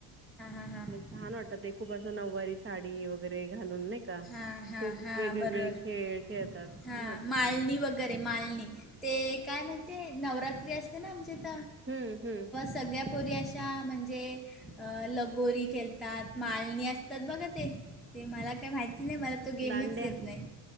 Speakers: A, in the centre; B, on the right.
A: हा
B: म छान वाटत ते खूप असं नऊवारी साडी वगैरे घालून नाही का
A: हा हा
B: खूप
A: हा
B: वेगवेगळे
A: बरोबर
B: खेळ खेळतात
A: हा
B: छान वाटतं
A: मालणी
B: ते.
A: वगैरे मालणी ते काय म्हणते नवरात्री असते ना आमच्या इथ.
B: हम्म हम्म.
A: सगळ्या पोरी अशा म्हणजे अ लगोरी खेळतात मालणी असतात बघा ते ते मला काय माहिती नाही मला तू गेमच
B: दांड्या
A: येत नाही